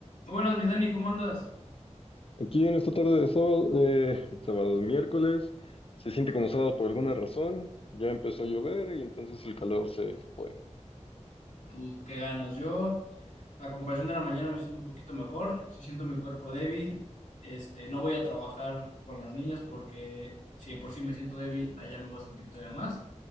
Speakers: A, on the left; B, on the left.
A: Muy buenas, mi Dani, ¿cómo andas?
B: Aquí en esta tarde de sábado, de sábado, miércoles, se siente como sábado por alguna razón. Ya empezó a llover y entonces el calor se fue.
A: Uf, qué ganas. Yo, a comparación de la mañana, me siento un poquito mejor. Sí siento mi cuerpo débil. Este, no voy a trabajar con las niñas porque si de por sí me siento débil, allá me voy a sentir todavía más.